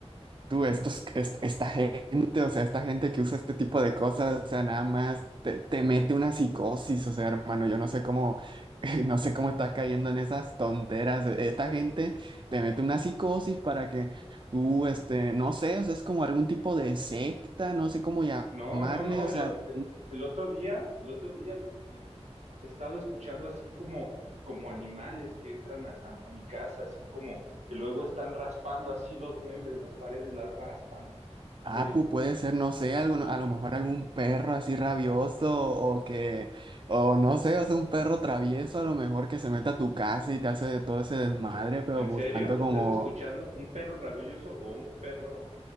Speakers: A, on the right; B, on the right.
A: tú, estos, est- esta gente, o sea, esta gente que usa este tipo de cosas, o sea, nada más te, te mete una psicosis, o sea, hermano, yo no sé cómo, <laughs> no sé cómo estás cayendo en esas tonteras. Esta gente te mete una psicosis para que tú, este, no sé, o sea, es como algún tipo de secta, no sé cómo llamarle,
B: No, no, no,
A: o
B: el,
A: sea,
B: o- el otro día, el otro día he estado escuchando así como, como animales que entran a, a- a mi casa, así como que luego están raspando así los muebles, las paredes, las raspan.
A: Ah,
B: Eh,
A: pu- puede ser, no sé, algún, a lo mejor algún perro así rabioso o que, o no sé, o sea, un perro travieso a lo mejor que se meta a tu casa y te hace de todo ese desmadre, pero
B: ¿en
A: pues
B: serio?
A: tanto
B: ¿Te
A: como,
B: estás escuchando? ¿Un perro rabioso o un perro,